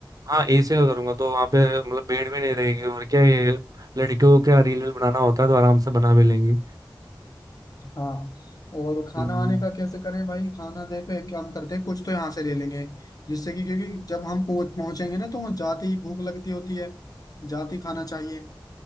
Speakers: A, on the right; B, on the left.
A: हाँ एसी का करूंगा तो वहाँ पे मतलब भीड़ भी नहीं रहेगी और क्या ये लड़कियों को क्या रील वील बनाना होता है तो आराम से बना भी लेंगी
B: हाँ और खाना
A: हम्म,
B: वाने का कैसे करें भाई खाना देखे हम करते हैं कुछ तो यहाँ से ले लेंगे जिससे कि क्योंकि जब हम पहुंच- पहुंचेंगे ना तो वहाँ जाते ही भूख लगती होती है जाते ही खाना चाहिए